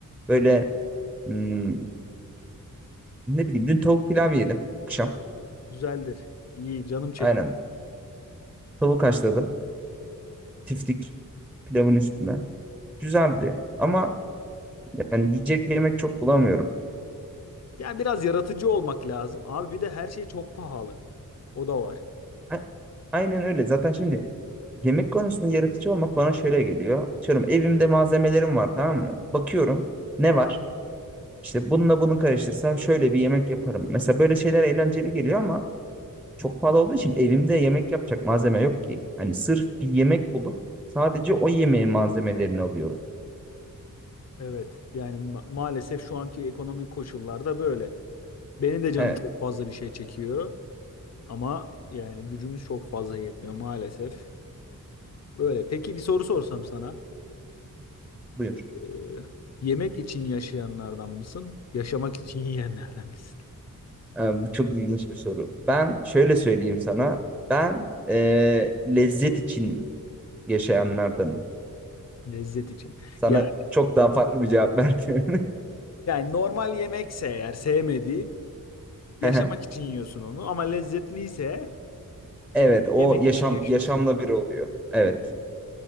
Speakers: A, in the centre; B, on the left.
A: böyle hmm, ne bileyim dün tavuk pilav yedim akşam.
B: O Güzeldir. İyi, canım çekti.
A: Aynen. Tavuk haşladım. Tiftik pilavın üstüne. güzeldi ama yani yiyecek yemek çok bulamıyorum.
B: Yani biraz yaratıcı olmak lazım. Abi bir de her şey çok pahalı. O da var.
A: A- Aynen öyle. Zaten şimdi yemek konusunda yaratıcı olmak bana şöyle geliyor. Atıyorum evimde malzemelerim var tamam mı? Bakıyorum ne var? İşte bununla bunu karıştırsam şöyle bir yemek yaparım. Mesela böyle şeyler eğlenceli geliyor ama çok pahalı olduğu için evimde yemek yapacak malzeme yok ki. Hani sırf bir yemek bulup sadece o yemeğin malzemelerini alıyorum.
B: Evet. Yani ma- maalesef şu anki ekonomik koşullarda böyle. Beni de canım
A: Evet,
B: çok fazla bir şey çekiyor ama yani gücümüz çok fazla yetmiyor maalesef. Öyle. Peki bir soru sorsam sana.
A: buyur.
B: Ee, yemek için yaşayanlardan mısın? Yaşamak için yiyenlerden misin?
A: Ee, bu çok ilginç bir soru. Ben şöyle söyleyeyim sana. Ben e, lezzet için yaşayanlardanım.
B: <laughs> Lezzet için.
A: Sana
B: Yani,
A: çok daha farklı bir cevap verdim.
B: yani normal yemekse eğer sevmediğin yaşamak
A: <laughs>
B: için yiyorsun onu ama lezzetliyse
A: Evet,
B: onu
A: o
B: yemek
A: yaşam
B: için yaşıyorsun.
A: yaşamla bir oluyor. Evet.